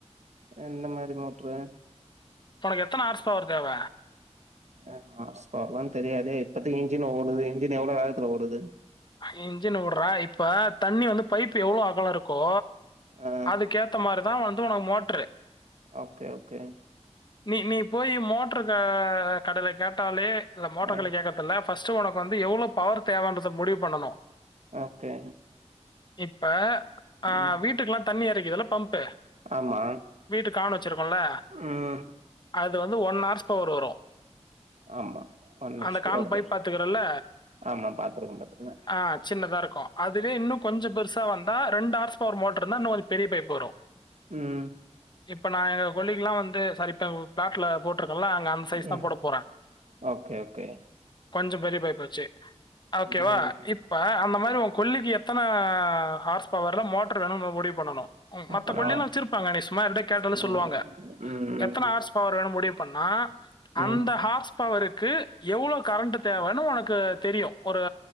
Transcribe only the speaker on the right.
எந்த மாரி மோட்ரு
அ ஆர்ஸ் பவர்லா தெரியாதே இப்பத்திக்கு இன்ஜின் ஓடுது இன்ஜின் எவ்ளோ வேகத்துல ஓடுது
ஆ
ஓகே ஓகே
ஆ
ஓகே
ம்
ஆமா
ம்
ஆமா ஒன் ஹெச்
பி
ஓகே
ஆமா பாத்துருக்க பாத்துருக்க
ம்
ம்
ஓகே ஓகே
ம்
அப்பனா
ம்
ம்
ம்